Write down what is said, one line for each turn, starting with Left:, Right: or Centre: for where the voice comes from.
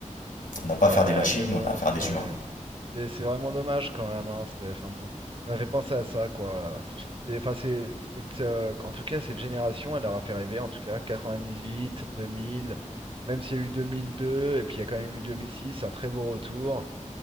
Left: On n'a pas
Right: Ouais,
Left: à faire des machines,
Right: mais bon,
Left: on a à faire
Right: c'est.
Left: des humains.
Right: Et c'est vraiment dommage quand même, hein. C'est, enfin bon, ça m'a fait penser à ça, quoi. C'est, enfin, c'est, c'est, euh, en tout cas, cette génération, elle leur a fait rêver, en tout cas, 98, 2000, même s'il y a eu 2002, et puis il y a quand même eu 2006, un très beau retour.